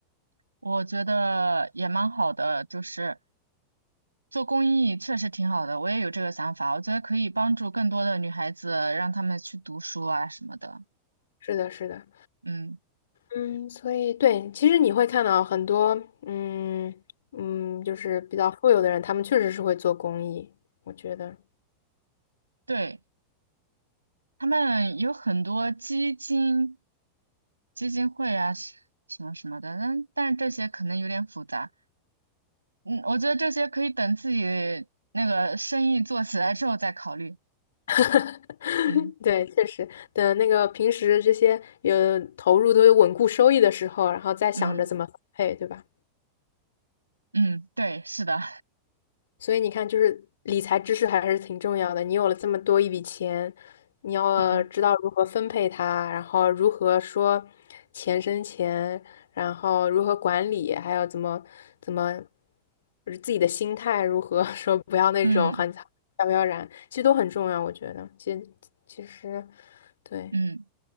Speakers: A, on the right; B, on the left.
A: 我觉得也蛮好的，就是做公益确实挺好的，我也有这个想法，我觉得可以帮助更多的女孩子，让她们去读书啊什么的。
B: 是的，是的。
A: 嗯，
B: 嗯，所以对，其实你会看到很多，嗯嗯，就是比较富有的人，他们确实是会做公益，我觉得，
A: 对，他们有很多基金、基金会啊什什么什么的，但但是这些可能有点复杂。嗯，我觉得这些可以等自己那个生意做起来之后再考虑。
B: <laughs>
A: 嗯
B: 对，确实等那个平时这些有投入都有稳固收益的时候，然后再想着怎么分配，
A: 嗯
B: 对吧？
A: 嗯，对，是的，
B: 所以你看，就是理财知识还是挺重要的。你有了这么多一笔钱，你要知道如何分配它，
A: 嗯
B: 然后如何说钱生钱，然后如何管理，还有怎么怎么就是自己的心态如何 <laughs> 说不要那种很飘飘然，
A: 嗯
B: 其实都很重要。我觉得，其实其实对，
A: 嗯，